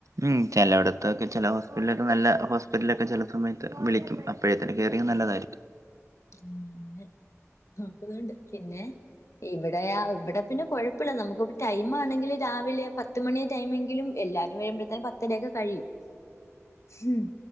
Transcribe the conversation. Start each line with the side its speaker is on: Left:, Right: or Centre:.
Right: ഉം ചേലോടത്തൊക്കെ ചിലെ ഹോസ്പിറ്റലൊക്കെ നല്ല ഹോസ്പിറ്റലൊക്കെ ചില സമയത്ത് വിളിക്കും? അപ്പയെത്തിന് കേറിയ നല്ലതായിരിക്കും.
Left: ഉം ന്ന് നോക്കുന്നുണ്ട് പിന്നെ. ഇവിടെ ഇവിടെ പിന്നെ കുഴപ്പല്ല നമുക്ക്കെ ടൈം ആണെങ്കിൽ രാവിലെ പത്ത്മണിയ ടൈമെങ്കിലും എല്ലാവർക്കും വരുമ്പത്തേനു പത്തര യൊക്കെ കഴിയും.
Right: <inaudible>
Left: ഹുമ്